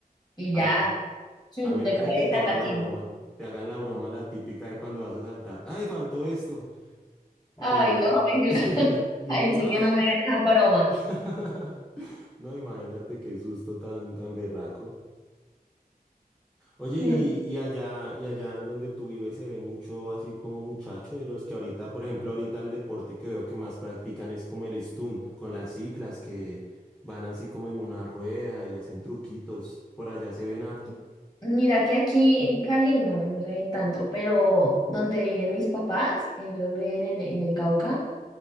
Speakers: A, on the left (about 25°); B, in the centre.
A: Y
B: A,
A: ya,
B: me-
A: Chum,
B: a menos
A: De cabeza
B: de que te hagan
A: al vacío.
B: la broma. Te hagan la broma la típica de cuando vas a saltar. ¡Ay, faltó esto! Y
A: Ay,
B: que no le
A: no,
B: va-
A: ahí,
B: <laughs>
A: sí <laughs>
B: Y
A: ahí
B: uno ya.
A: sí que no me ganes a bromas.
B: <laughs> No, imagínate qué susto tan, tan berraco. Oye,
A: Mm,
B: y, y allá, y allá en donde tú vives se ve mucho así como muchacho de los que ahorita, por ejemplo, ahorita el deporte que veo que más practican es como el stunt, con las ciclas que van así como en una rueda y hacen truquitos. Por allá se ven harto.
A: Mira que aquí en Cali no, no se ven tanto, pero donde viven mis papás, ellos viven en, en el Cauca,